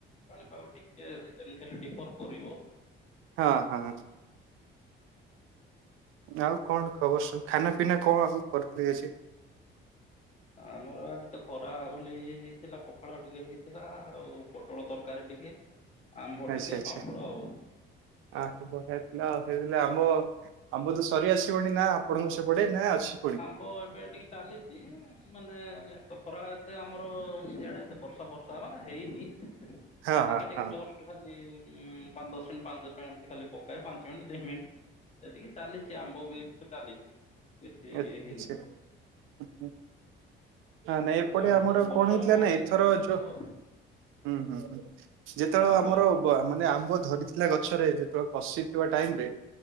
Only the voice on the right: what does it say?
ହଁ ହଁ ଆଉ କଣ ଖବର ସବୁ ଖାନା ପିନା କଣ ଆଉ କରିଥିଲେ କିଛି
<inaudible>
ଆଚ୍ଛା
ଆଚ୍ଛା
ଆ ବଢିଆ ଥିଲା ଆଉ ହେଇଥିଲା ଆମ ଆମ୍ବ ତ ସରି ଆସିବଣି ନା ଆପଣଙ୍କ ସେପଟେ ନା ଅଛି ପୁଣି
ହଁ
ହଁ
ହଁ
ଏତେ
<unintelligible> ନା ନାଇଁ ଏପଟେ
ଆମର
କଣ ହେଇଥିଲା
ନା ଏଥର
ଯୋଉ ହୁଁ ହୁଁ ହୁଁ ଯେତେବେଳେ
ଆମର
ମାନେ ଆମ୍ବ ଧରିଥିଲା ଗଛରେ ଯେତେବେଳେ କୋଷି ଥିବା ଟାଇମ୍ ରେ